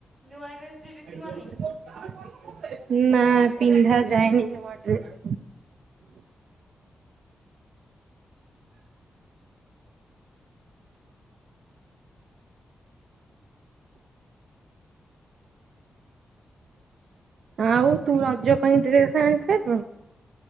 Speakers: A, on the right (about 25°); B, on the right (about 80°).
A: ନୂଆ ଡ୍ରେସ୍
B: <unintelligible>
A: ବି ପିନ୍ଧିବନି
B: ନାଁ ପିନ୍ଧାଯାଏନି ନୂଆ ଡ୍ରେସ୍। ଆଉ ତୁ ରଜ ପାଇଁ ଡ୍ରେସ ଆଣି ସାଇଲୁଣୁ?